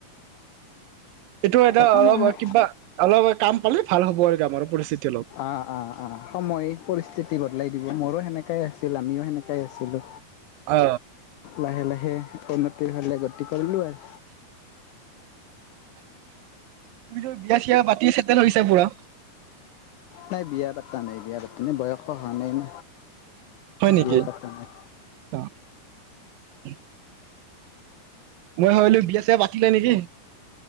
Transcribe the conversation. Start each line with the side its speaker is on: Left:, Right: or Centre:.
Right: এইটো এটা
Left: একো
Right: অলপ
Left: নহয়।
Right: কিবা অলপ কাম পালে ভাল হ'ব আৰু কাম আৰু পৰিস্থিতি অলপ
Left: অ অ অ সময় পৰিস্থিতি বদলাই দিব মোৰো সেনেকাই আছিল আমিও সেনেকাই আছিলো
Right: অ
Left: লাহে লাহে উন্নতিৰ ফালে গতি কৰিলোঁ আৰু
Right: তুমিতো বিয়া চিয়া পাতি ছেটেল হৈছে পুৰা
Left: নাই বিয়া পাতা নাই বিয়া পাতা নাই বয়স হোৱা নাই ন
Right: হয় নেকি
Left: বিয়া পতা নাই
Right: অ <inaudible> মই ভাবিলো বিয়া ছিয়া পাতিলে নেকি